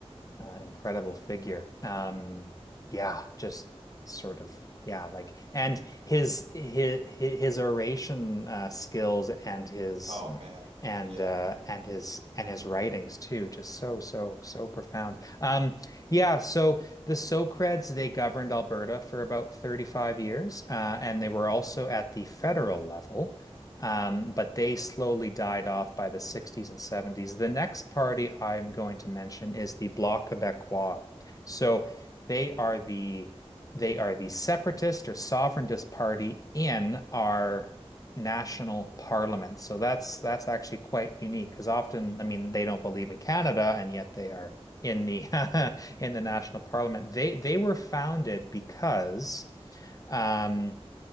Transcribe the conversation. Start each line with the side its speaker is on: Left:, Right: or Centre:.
Left: uh, incredible figure. Um, yeah, just sort of yeah, like and his his his oration uh, skills and his
Right: Oh
Left: uh,
Right: man,
Left: and
Right: yeah.
Left: uh, and his and his writings too, just so so so profound. Um, yeah, so the Socreds they governed Alberta for about 35 years, uh, and they were also at the federal level. Um, but they slowly died off by the 60s and 70s. The next party I'm going to mention is the Bloc Québécois. So they are the they are the separatist or sovereigntist party in our national parliament. So that's that's actually quite unique because often, I mean, they don't believe in Canada and yet they are in the <laughs> in the national parliament. They they were founded because um